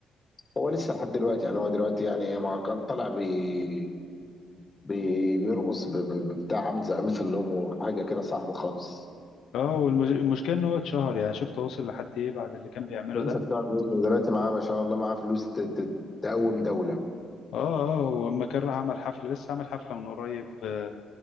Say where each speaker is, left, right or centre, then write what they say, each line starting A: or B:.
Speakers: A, on the left; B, on the left.
A: هو لسه لحد دلوقتي يعني هو دلوقتي يعني ما كان طالع بي بي بيرقص ب- ب- بتاع عامل زي قميص النوم وحاجه كده صعبه خالص
B: اه والمشكله ان هو اتشهر يعني شفت وصل لحد ايه بعد اللي كان بيعمله ده
A: لسه بتاع الويلز دلوقتي معاه ما شاء الله معاه فلوس ت- ت- تقوم دوله
B: اه اه ولما كان راح عمل حفله لسه عامل حفله من قريب آه،